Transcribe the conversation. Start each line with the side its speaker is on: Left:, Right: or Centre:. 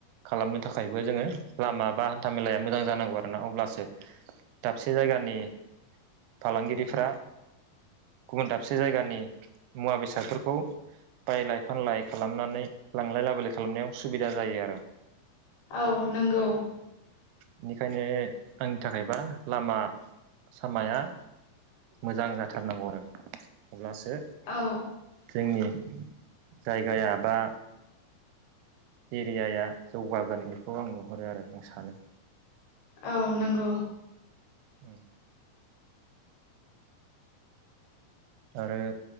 Right: खालामनो थाखायबो जोङो लामा बा हान्था मेलाया मोजां जानांगौ आरोना, अब्लासो दाबसे जायगानि फालांगिरिफ्रा गुबुन दाबसे जायगानि मुवा बेसादफोरखौ बायलाय फानलाय खालामनानै लांलाय लाबोलाय खालामनायाव सुबिदा जायो आरो।
Left: औ नंगौ।
Right: बिनिखायनो आंनि थाखायबा लामा सामाया मोजां जाथारनांगौ आरो अब्लासो
Left: औ।
Right: जोंनि जायगाया बा एरियाया जौगागोन बेखौ आं नुहरो आरो, आं सानो।
Left: औ नंगौ।
Right: उम आरो